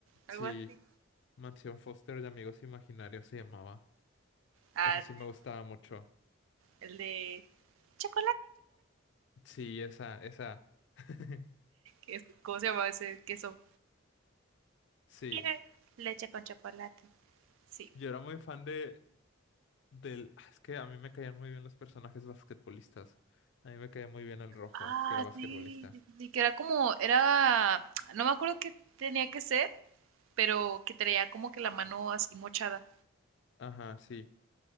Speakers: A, on the right (about 75°); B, on the left (about 55°).
A: Algo
B: sí,
A: así.
B: mansión Foster de amigos imaginarios se llamaba.
A: Ah,
B: Esa sí
A: sí.
B: me gustaba mucho.
A: El de. Chuck,
B: Sí, esa, esa. <laughs>
A: es- ¿Cómo se llamaba ese queso?
B: Sí,
A: Mira, leche con chocolate. Sí.
B: yo era muy fan de, del... ah, Es que a mí me caían muy bien los personajes basquetbolistas. A mí me caía muy bien el rojo,
A: Ah,
B: que era basquetbolista.
A: sí, sí, sí, sí, que era como, era, no me acuerdo qué tenía que ser, pero que traía como que la mano así mochada.
B: Ajá, sí.